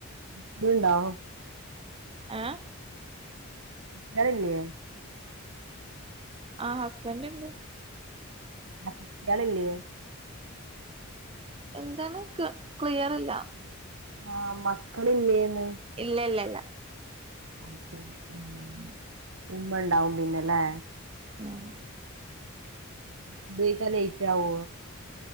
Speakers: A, on the right; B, on the right.
A: മക്കള് ണ്ടോ?
B: ആഹ്
A: <unintelligible> ളില്ലേ?
B: ആഹ് ഹസ്ബന്റ് ണ്ട്
A: ആൺ കുട്ട്യാളില്ലേ?
B: എന്താണ് ക് ക്ലിയർല്ല
A: ആൺമക്കളില്ലേന്ന്
B: ഇല്ല ല്ല ല്ല
A: അയ്ശരി ഏഹ്
B: ഉം
A: ഉമ്മണ്ടാവും പിന്നെലെ
B: ആഹ്
A: <unintelligible> ലേറ്റ് ആവോ?